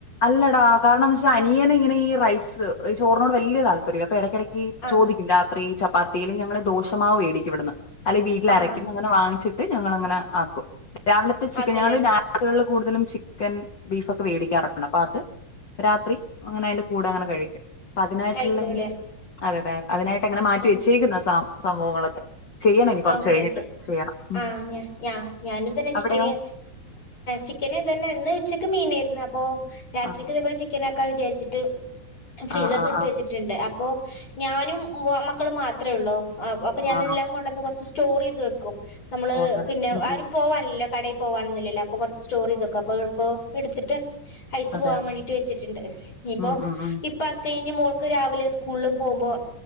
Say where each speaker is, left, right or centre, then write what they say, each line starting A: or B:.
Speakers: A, on the left (about 80°); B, on the left (about 40°).
A: അല്ലടാ കാരണംന്ന് വെച്ചാൽ അനിയന ഇങ്ങനെ ഈ റൈസ് ഈ ചോറിനോട് വലിയ താല്പര്യംഇ ല്ലാ പ്പെ എടയ്ക്കിടയ്ക്ക്
B: ആഹ്
A: ചോദിക്കും രാത്രി ച പപ്പതിയിലെ ഞങ്ങള് ദോശ മാവു വേടിക്കും ഇവിട് ന്ന് അല്ലെ വീട്ടിലരക്ക്പന്നെ
B: ആഹ് ആഹ്
A: അങ്ങെ വാങ്ങി ഞങ്ങങ്ങനെ ആക്കും രാവിലത്തെ ചിക്കൻ
B: ആക്കുംല്ലേ
A: ഞങ്ങൾ രാത്രി കളിൽ കൂടുതലും ചിക്കൻ ബീഫ് ഒക്കെേവേ ടിക്കാറുണ്ട് <inaudible> രാത്രി അങ്ങനെ അതിന്റെ കൂടെ അങ്ങനെ കഴിക്കും അപ്പ അ തിനായിട്ടുള്ള
B: കഴിക്കുംല്ലേ
A: ഇനി അതെ <unintelligible> അതിനായിട്ട് അങ്ങനെ മാറ്റിവ
B: ഉം
A: വെച്ചേക്കുന്ന സാ സംഭവങ്ങളൊക്കെ ചെയ്യണം ഇനി കൊറച്ച്
B: ഓക്കെ
A: കഴിഞ്ഞിട്ട്
B: ഓക്കെ
A: ചെയ്യണം. ഉം.
B: ആ ഞ ഞ ഞാനും തന്നെ ചിക്കന്
A: അവിടെയോ?
B: ചിക്കന് തന്നെന്ന് ഉച്ചക്ക് മീന ന്ന അപ്പൊ രാത്രിക്ക്
A: ആണോ?
B: <unintelligible> ചിക്കൻ ക്കാ വിചാരിച്ചിട്ട് ഫ്രീസറിൽ
A: ആഹ്
B: നിന്ന്
A: ആഹ്
B: എടുത്ത്
A: ആഹ്
B: വെച്ചിട്ടുണ്ട് അപ്പോ ഞാനും മക്കളും മാത്രമേ ഉള്ളൂ ആ അപ്പൊ ഞാനെല്ലാം
A: ആണോ?
B: കൊണ്ടൊന്നു സ്റ്റോർ ചെയ്ത് വെക്കും നമ്മള്
A: ഓഹ് അങ്ങനെ.
B: പിന്നെ
A: ഉം
B: ആരും
A: ഉം.
B: പോവാനില്ല കടയിൽ പോവാൻ ഇല്ലല്ലോ അപ്പൊ കുറച്ച് സ്റ്റോറി ചെയ്ത് വെക്കും അപ്പൊ അപ്പൊ എടുത്തിട്ട് ഐസ്
A: അതെ
B: പോവാൻ
A: അതെ.
B: വേണ്ടിട്ട് വെച്ചിട്ടുണ്ട് ഇനിപ്പോ
A: ഉം ഉം ഉം.
B: ഇപ്പൊ അക്ക ഴിഞ്ഞ് മോ രാവിലെ സ്കൂളിലും പോകുമ്പോ